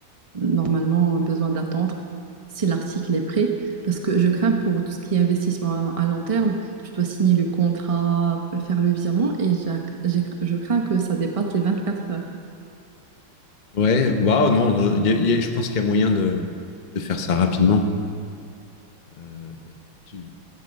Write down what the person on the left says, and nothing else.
Ouais. Waouh, non. non, il y a- il y a- je pense qu'il y a moyen de, de faire ça rapidement. Euh, tu,